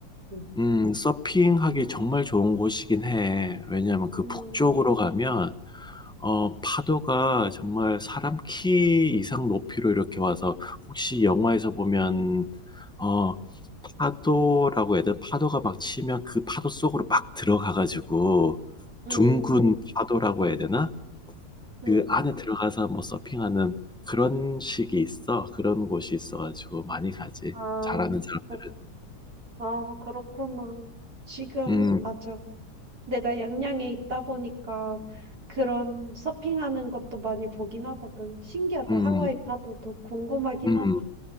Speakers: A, on the right; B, in the centre.
A: 음.
B: 음, 서핑하기 정말 좋은 곳이긴 해. 왜냐하면 그
A: 음.
B: 북쪽으로 가면, 어, 파도가 정말 사람 키 이상 높이로 이렇게 와서, 혹시 영화에서 보면, 어, 파도라고 해야 되나? 파도가 막 치면 그 파도 속으로 막 들어가가지고,
A: 음.
B: 둥근 파도라고 해야 되나?
A: 음.
B: 그 안에 들어가서 뭐 서핑하는 그런 식이 있어. 그런 곳이 있어가지고 많이 가지.
A: 아.
B: 잘하는 사람들은.
A: 그 아 그렇구나. 지금
B: 음,
A: 맞아. 내가 양양에 있다 보니까 그런 서핑하는 것도 많이 보긴 하거든. 신기하다.
B: 음,
A: 하와이 파도도 궁금하긴
B: 음.
A: 하다.